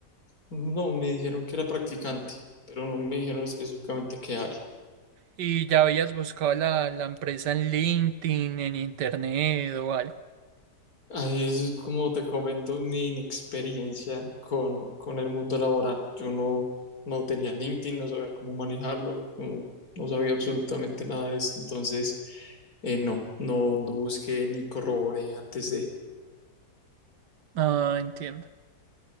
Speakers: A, on the left; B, on the right.
A: No, me dijeron que era practicante, pero no me dijeron específicamente qué área.
B: Y ya habías buscado la, la empresa en LinkedIn, en internet o algo.
A: Ahí es como te comento mi inexperiencia con, con el mundo laboral. Yo no, no tenía LinkedIn, no sabía cómo manejarlo, no, no sabía absolutamente nada de eso. Entonces, eh, no, no, no busqué ni corroboré antes de.
B: Ah, entiendo.